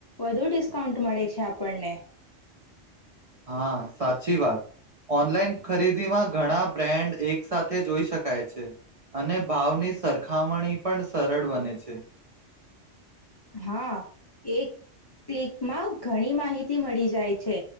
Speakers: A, on the left; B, on the right.
A: વધુ ડિસ્કાઉન્ટ મળે છે આપણને.
B: હા સાચી વાત ઓનલાઈન ખરીદીમાં ઘણા બ્રેાન્ડ એક સાથે જોઈ શકાય છે અને ભાવની સરખામણી પણ સરળ બને છે.
A: હા એ ક્લિકમાં ઘણી માહિતી મળી જાય છે